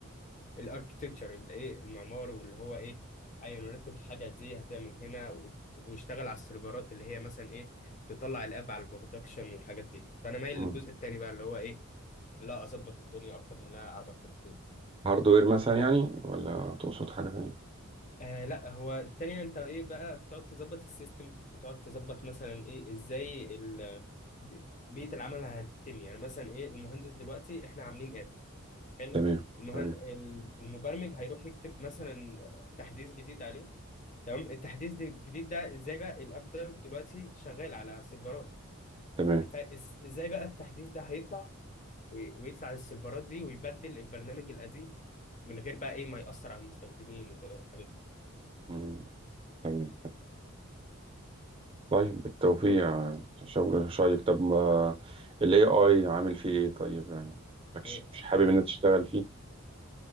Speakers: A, on the left; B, on the right.
A: الاركتكتشر اللي ايه المعمار واللي هو ايه ايوه نرتب الحاجه دي هتعمل هنا وت- ويشتغل على السيرفرات اللي هي مثلا ايه تطلع الاب على البرودكشن والحاجات دي فانا مايل
B: مم.
A: للجزء التاني بقى اللي هو ايه لا اظبط الدنيا اكتر من انها قاعده اكتب كود
B: هاردوير مثلا يعني ولا تقصد حاجة تانية
A: آه لا هو التانية انت ايه بقى بتقعد تظبط السيستم بتقعد تظبط مثلا ايه ازاي ال ب- بيئة العمل هتتم يعني مثلا ايه المهندس دلوقتي احنا عاملين اب حلو
B: تمام
A: المهن...
B: تمام
A: ال- المبرمج هيروح يكتب مثلا تحديث جديد عليه تمام التحديث ده- الجديد ده ازاي بقى الاب ده دلوقتي شغال على سيرفرات
B: تمام
A: فازاي بقى التحديث ده هيطلع وي- ويطلع للسيرفرات دي ويبدل البرنامج القديم من غير بقى ايه ما يأثر على المستخدمين وكده والحاجات
B: مم. تمام طيب بالتوفيق شغل شيق طب ما ال AI عامل فيه ايه طيب يعني مالكش-
A: دي
B: مش حابب
A: <laughs>
B: انك تشتغل فيه